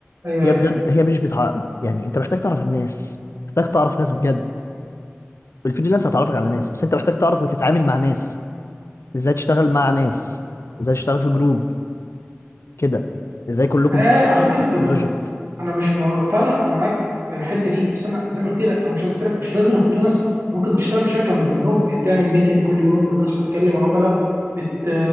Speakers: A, on the right; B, on the left.
A: ايوه
B: هي
A: ايوه
B: بجد هي مش بتاع يعني انت محتاج تعرف الناس محتاج تعرف ناس بجد الفريلانس هتعرفك على ناس بس انت محتاج تعرف وتتعامل مع ناس ازاي تشتغل مع ناس ازاي تشتغل في جروب كده ازاي كلكم
A: أيوة،
B: تبقوا
A: أيوة، على فكره
B: ماسكين
A: انت ما...
B: بروجكت
A: انا مش مور... فعلا انا معاك في الحته دي بس انا زي ما قلت لك انا مش قلت لك مش لازم فريلانس ممكن تشتغل في شركه من منهم بتعمل ميتنج كل يوم بتصحى تكلم عملاء بت...